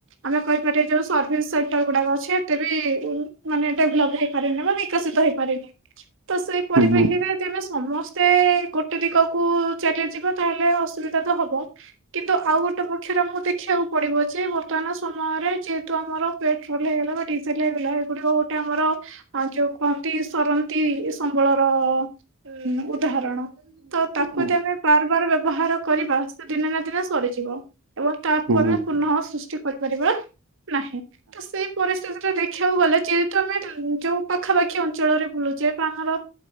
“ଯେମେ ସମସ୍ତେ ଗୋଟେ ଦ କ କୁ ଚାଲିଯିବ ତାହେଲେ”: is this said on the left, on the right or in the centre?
Right